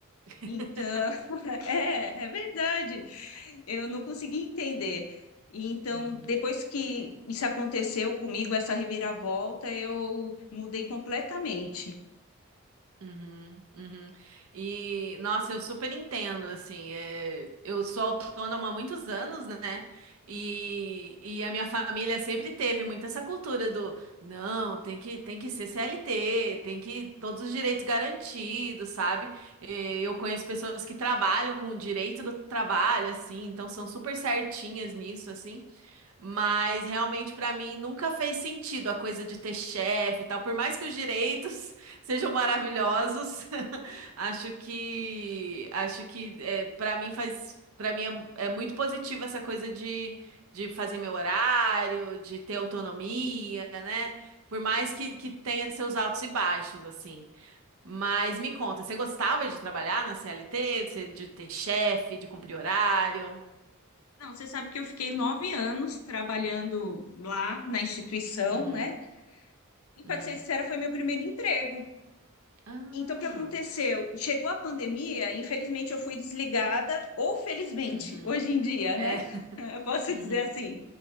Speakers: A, on the right; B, on the left.
A: <laughs>
B: Então, <laughs> é, é verdade eu não consegui entender. E Então,
A: Uhum.
B: depois que isso aconteceu comigo, essa reviravolta, eu mudei completamente.
A: Uhum, uhum. E, nossa, eu super entendo, assim, é, eu sou autônoma há muitos anos, né? E, e a minha família sempre teve muito essa cultura do, não, tem que, tem que ser CLT, tem que, todos os direitos garantidos, sabe? Eh, eu conheço pessoas que trabalham com o direito do trabalho, assim, então são super certinhas nisso, assim. Mas realmente pra mim nunca fez sentido a coisa de ter chefe e tal. Por mais que os direitos <laughs> sejam maravilhosos, <laughs> acho que acho que é, para mim faz para mim é, é muito positivo essa coisa de, de fazer meu horário, de ter autonomia, né? Por mais que, que tenha seus altos e baixos assim. Mas me conta, você gostava de trabalhar na CLT, de ser- de ter chefe, de cumprir horário?
B: Não, você sabe que eu fiquei nove anos trabalhando lá na instituição,
A: Uhum,
B: né? E para
A: uhum.
B: ser sincera, foi meu primeiro emprego.
A: Ah.
B: Então, o que aconteceu? Chegou a pandemia, infelizmente eu fui desligada, ou felizmente,
A: Uhum.
B: hoje em dia,
A: É.
B: né? <laughs> Eu posso
A: Uhum.
B: dizer assim.